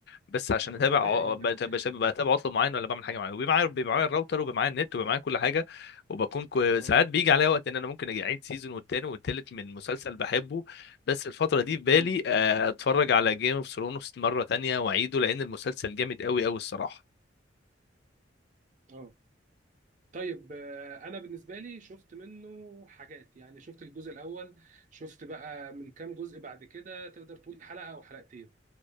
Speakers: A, on the left; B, on the right.
A: بس عشان
B: ربنا
A: اتابع
B: يعينك
A: ع- بت- بش- بتابع عطل معين ولا بعمل حاجه معينه وبيبقى معايا بيبقى معايا الراوتر وبيبقى معايا النت وبيبقى معايا كل حاجه وبكون كو...
B: اه
A: ساعات بيجي عليا وقت ان انا ممكن اجي اعيد سيزون والتاني والتالت من مسلسل بحبه بس الفتره دي في بالي
B: امم
A: آه، اتفرج على جيم اوف ثرونز مره تانية واعيده لان المسلسل جامد قوي قوي الصراحه
B: اه طيب آه، انا بالنسبة لي شفت منه حاجات يعني شفت الجزء الاول شفت بقى من كام جزء بعد كده تقدر تقول حلقة او حلقتين